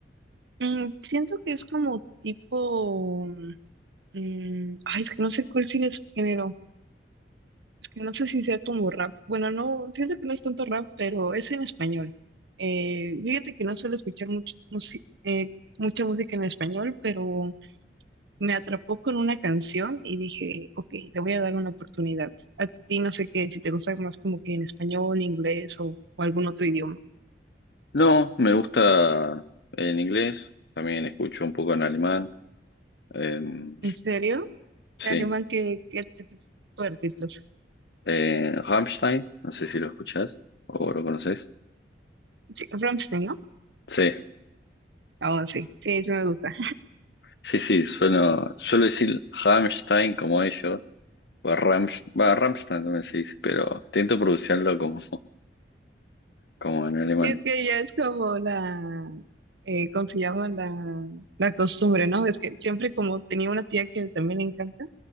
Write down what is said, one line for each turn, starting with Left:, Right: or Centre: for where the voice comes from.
Right: Mm, siento que es como tipo. mm, ay, es que no sé cuál sigue su género. Es que no sé si sea como rap. Bueno, no, siento que no es tanto rap, pero es en español. Eh, fíjate que no suelo escuchar mucho, musi- eh, mucha música en español, pero me atrapó con una canción y dije, ok, le voy a dar una oportunidad. A ti no sé qué, si te gusta más como que en español, inglés o, o algún otro idioma.
Left: No, me gusta en inglés, también escucho un poco en alemán. em,
Right: ¿En serio?
Left: sí,
Right: ¿De alemán qué, qué, tipo de artistas?
Left: eh, Rammstein, no sé si lo escuchás o lo conoces.
Right: Sí, Rammstein, ¿no?
Left: Sí,
Right: Ah, sí, sí, sí me gusta.
Left: sí, sí, suelo, suelo decir Rammstein como ellos, o Rams, va, Rammstein también se dice, pero intento pronunciarlo como, como en alemán.
Right: Sí, es que ya es como la, eh, ¿cómo se llama? La, la costumbre, ¿no? Es que siempre como tenía una tía que también le encanta,